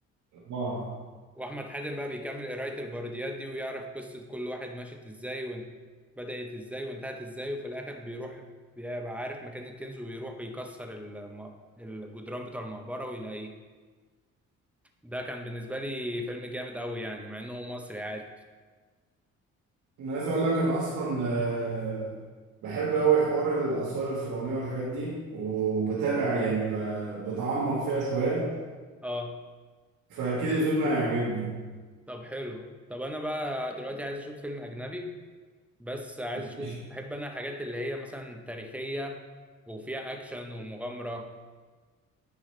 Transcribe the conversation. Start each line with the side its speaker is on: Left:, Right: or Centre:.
Right: اه
Centre: واحمد حاتم بقى بيكمل قراية البرديات دي ويعرف قصة كل واحد مشت ازاي وان بدأت ازاي وانتهت ازاي وفي الاخر بيروح بيبقى عارف مكان الكنز ويروح ويكسر الم... الجدران بتوع المقبرة ويلاقيه ده كان بالنسبة لي فيلم جامد قوي يعني مع انه مصري عادي
Right: انا عايز اقول لك انا اصلا آه، بحب قوي حوار الاثار الفرعونيه والحاجات دي وبتابع يعني ب- بتعمق فيها شويه
Centre: اه
Right: فاكيد الفيلم هيعجبني
Centre: طب حلو طب انا بقى دلوقتي عايز اشوف فيلم اجنبي بس عايز
Right: ماشي.
Centre: اشوف بحب انا الحاجات اللي هي مثلا تاريخية وفيها اكشن ومغامرة